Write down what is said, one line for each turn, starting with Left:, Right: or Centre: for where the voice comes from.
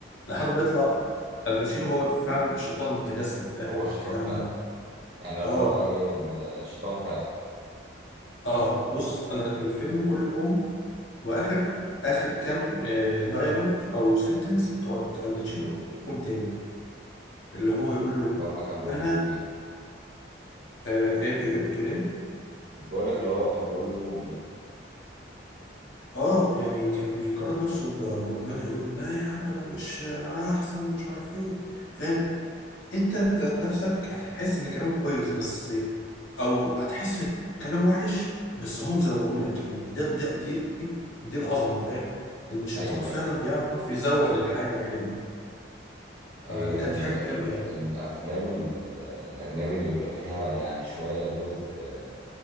Left: لحد ما يطلع الباتشينو هو فاهم الشيطان المتجسد فاهم
Right: هو الشيطان
Left: الكلام
Right: فعلا
Left: ده
Right: يعني
Left: اه
Right: اللي هو ايه ال- الشيطان فعلا يعني
Left: اه بص انا الفيلم كله كوم واخر اخر كام آه، ديالوج او سنتنس بتوع الباتشينو كوم تاني اللي هو يقول له
Right: اللي هما كان بيقول
Left: انا
Right: له فيهم ايه
Left: آه ايه قلت له ليه؟
Right: بقول لك اللي هو كان بيقول له فيهم ايه
Left: اه يعني كان بيقارن نفسه ب- بربنا يقول لا يا عم انا مش انا احسن ومش عارف ايه فاهم انت ذات نفسك هتحس ان كلامك كويس بس او هتحس ان كلام وحش بس هم مزوقوا لك يعني ده ده دي دي العظمه فاهم ان الشيطان
Right: ايوه
Left: فعلا
Right: ايوه
Left: بيعرف يزوق الحاجه حلوه
Right: هي
Left: فدي كانت
Right: ال
Left: حاجه
Right: ال
Left: حلوه يعني
Right: الأفلام ال- الأجنبي اللي بيبقى فيها يعني شوية جزء آه،